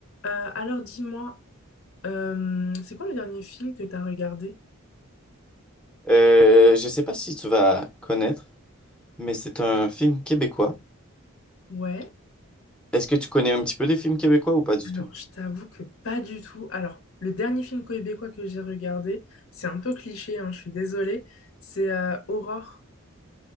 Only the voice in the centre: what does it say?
Euh, je sais pas si tu vas connaître, mais c'est un film québécois.
Est-ce que tu connais un petit peu des films québécois ou pas du
tout?